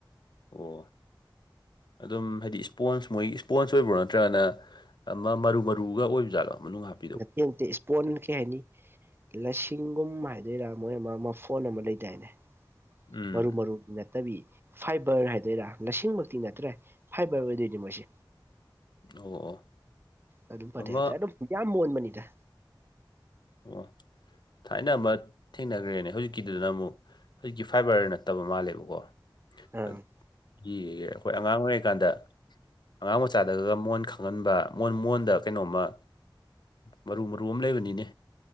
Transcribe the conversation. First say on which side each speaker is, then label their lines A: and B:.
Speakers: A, on the left; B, on the right.
A: ꯑꯣ ꯑꯗꯨꯝ ꯍꯥꯏꯗꯤ ꯏꯁꯄꯣꯟꯁ ꯃꯣꯏ ꯏꯁꯄꯣꯟꯁ ꯑꯣꯏꯕ꯭ꯔꯣ ꯅꯠꯇ꯭ꯔꯒꯅ꯫ ꯑꯃ ꯃꯔꯨ ꯃꯔꯨꯒ ꯑꯣꯏꯕ ꯖꯥꯠꯂꯣ ꯃꯅꯨꯡ ꯍꯥꯞ꯫
B: ꯅꯠꯇꯦ ꯅꯠꯇꯦ ꯏꯁꯄꯣꯟ ꯀꯩ ꯍꯥꯏꯅꯤ꯫ ꯂꯁꯤꯡꯒꯨꯝ ꯍꯥꯏꯗꯣꯏꯔꯥ ꯃꯣꯏ ꯑꯃ ꯃꯐꯣꯟ ꯑꯃ ꯂꯩꯗꯥꯏꯅꯦ
A: ꯎꯝ
B: ꯃꯔꯨ ꯃꯔꯨ ꯅꯠ꯫ ꯅꯠꯇꯕꯤ ꯐꯥꯏꯕꯔ ꯍꯥꯏꯗꯣꯏꯔꯥ ꯂꯁꯤꯡꯃꯛꯇꯤ ꯅꯠꯇ꯭ꯔꯦ ꯐꯥꯏꯕꯔ ꯑꯣꯏꯗꯣꯏꯅꯤ ꯃꯣꯏꯁꯦ꯫
A: ꯑꯣ ꯑꯣ
B: ꯑꯗꯨꯝ ꯐꯇꯦ
A: ꯑꯃ
B: ꯑꯗꯨꯝ ꯌꯥꯝ ꯃꯣꯟꯕꯅꯤꯗ꯫
A: ꯑꯣ꯫ ꯊꯥꯏꯅ ꯑꯃ ꯊꯦꯡꯅꯈ꯭ꯔꯦꯅꯦ ꯍꯧꯖꯤꯛꯀꯤꯗꯨꯗꯅ ꯑꯃꯨꯛ ꯍꯧꯖꯤꯛꯀꯤ ꯐꯥꯏꯕꯔ ꯅꯠꯇꯕ ꯃꯥꯜꯂꯦꯕꯀꯣ꯫
B: ꯑꯪ
A: ꯑꯩꯈꯣꯏ ꯑꯉꯥꯡ ꯑꯣꯏꯔꯤꯀꯥꯟꯗ꯫ ꯑꯉꯥꯡ ꯃꯆꯥꯗꯒꯒ ꯃꯣꯟ ꯈꯪꯍꯟꯕ ꯃꯣꯟ ꯃꯣꯟꯗ ꯀꯩꯅꯣꯝꯃ꯫ ꯃꯔꯨ ꯃꯔꯨ ꯑꯃ ꯂꯩꯕꯅꯤꯅꯦ꯫